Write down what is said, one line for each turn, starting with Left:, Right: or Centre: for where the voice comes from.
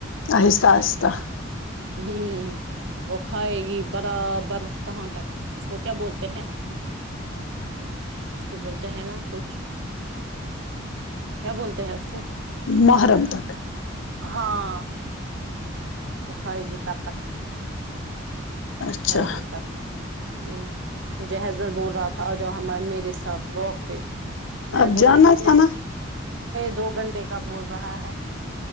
Left: آہستہ آہستہ
Right: <unintelligible> وہ کھائے گی برابر کہاں تک اس کو کیا بولتے ہیں اس کو بولتے ہیں نا کچھ کیا بولتے ہے اس کو
Left: محرم تک
Right: ہاں وہ کھائے گی تب تک وہ
Left: اچھا
Right: کھائے گی تب تک مجھے ہسبینڈ بول رہا تھا جو ہم میرے ساتھ واک پہ میں نے
Left: اب
Right: بولا
Left: جانا
Right: کتنے
Left: تھا نا
Right: دو گھنٹے کا بول رہا ہے